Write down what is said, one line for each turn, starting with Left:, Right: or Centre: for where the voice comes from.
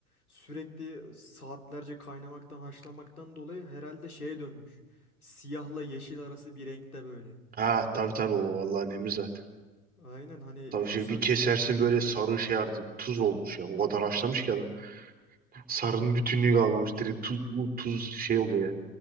Left: Sürekli saatlerce kaynamaktan, haşlamaktan dolayı herhalde şeye dönmüş. Siyahla yeşil arası bir renkte böyle.
Right: Ha tabii tabii o Allah'ın emri zaten.
Left: Aynen hani
Right: Tabii
Left: insan
Right: şey bir kesersin böyle sarı şey artık tuz olmuş ya. O kadar haşlamış ki adam. Sarının bütünlüğü kalmamış. Direkt tuz, u- tuz şey oluyor yani.